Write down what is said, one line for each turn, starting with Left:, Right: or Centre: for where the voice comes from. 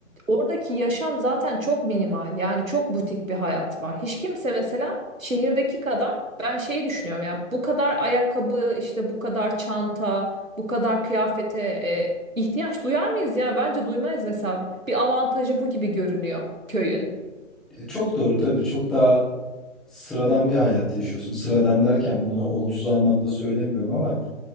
Right: oradaki yaşam zaten çok minimal. Yani çok butik bir hayat var. Hiç kimse mesela şehirdeki kadar ben şeyi düşünüyorum ya bu kadar ayakkabı işte bu kadar çanta bu kadar kıyafete e, ihtiyaç duyar mıyız ya? Bence duymayız mesela. Bir avantajı bu gibi görünüyor köyün.
Centre: E, Çok doğru tabii. Çok daha sıradan bir hayat yaşıyorsun. Sıradan derken bunu olumsuz anlamda söylemiyorum ama